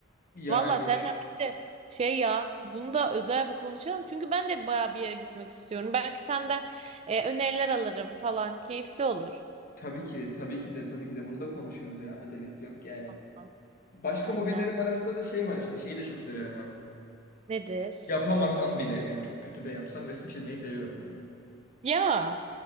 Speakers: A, on the left; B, on the right.
A: Yani
B: Valla seninle
A: ş-
B: birlikte şey ya bunu da özel bir konuşalım. Çünkü ben de baya bir yere gitmek istiyorum. Belki senden e, öneriler alırım falan. Keyifli olur.
A: tabii ki, tabii ki de, tabii ki de bunu da konuşuruz ya. Acelesi yok yani.
B: Aha.
A: Başka
B: Aynen.
A: hobilerim arasında da şey var işte. Şeyi de çok severim ben.
B: Nedir?
A: Yapamasam bile yani çok kötü de yapsam resim çizmeyi seviyorum yani.
B: Ya